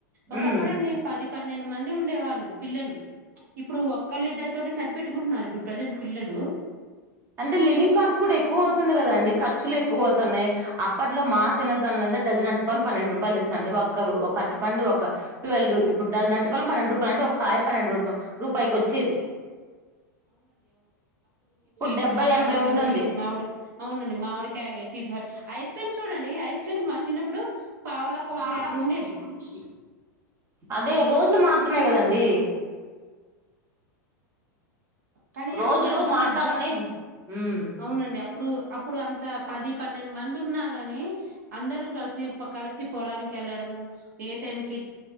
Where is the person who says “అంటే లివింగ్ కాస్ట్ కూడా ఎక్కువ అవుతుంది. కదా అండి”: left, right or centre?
Right